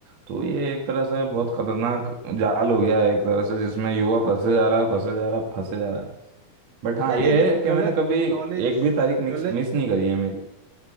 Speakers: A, on the right; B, on the right.
A: तो ये एक तरह से बहुत खतरनाक जाल हो गया है एक तरह से जिसमें युवा फंसे जा रहा है फंसे जा रहा है फंसे जा रहा है बट हाँ
B: यार
A: ये
B: ये देखो
A: है कि
B: गलत
A: मैंने कभी एक
B: नॉलेज
A: भी तारीख मिक्स
B: गलत
A: मिस नहीं करी है मेरी